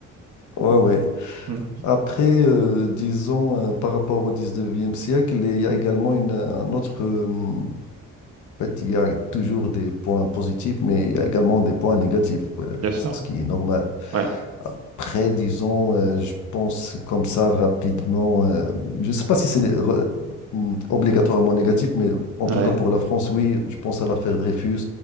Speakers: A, on the left (about 75°); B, on the right (about 55°).
A: Ouais, ouais.
B: Hmm.
A: Après, euh, disons, euh, par rapport au 19e siècle, il y a également une, un autre. euh, en fait, il y a toujours des points positifs, mais il y a également des points négatifs, ouais,
B: Bien sûr,
A: c- ce qui est normal.
B: ouais,
A: Après, disons, euh, je pense comme ça rapidement. euh, je ne sais pas si c'est re- m- obligatoirement négatif, mais en tout
B: ouais.
A: cas pour la France, oui, je pense à l'affaire Dreyfus.